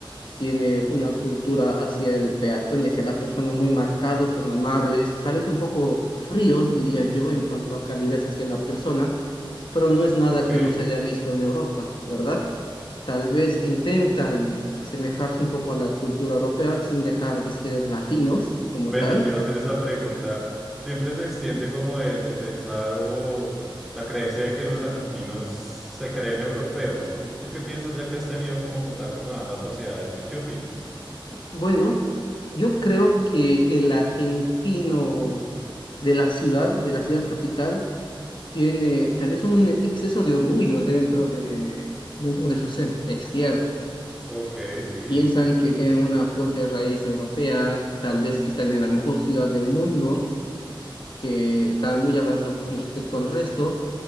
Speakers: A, on the left; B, in the centre.
A: tiene una cultura hacia el peatón y hacia la persona muy marcados, son amables, tal vez un poco fríos, diría yo, en cuanto a calidez hacia la persona, pero no es nada
B: ok.
A: que no se haya visto en Europa, ¿verdad? Tal vez intentan asemejarse un poco a la cultura europea sin dejar de ser latinos como
B: Ven,
A: tal.
B: yo te iba a hacer esa pregunta. Siempre se extiende como el, el pensar o la creencia de que los argentinos se creen europeos. ¿Tú, tú qué piensas ya que has tenido como contacto con ambas sociedades? ¿Qué, qué opinas?
A: Bueno, yo creo que el argentino de la ciudad, de la ciudad capital, tiene tal vez un exceso de orgullo dentro de, dentro de su ser, es cierto.
B: Ok, sí.
A: Piensan que tienen una fuerte raíz europea, tal vez que están en la mejor ciudad del mundo, que están muy avanzados con respecto al resto,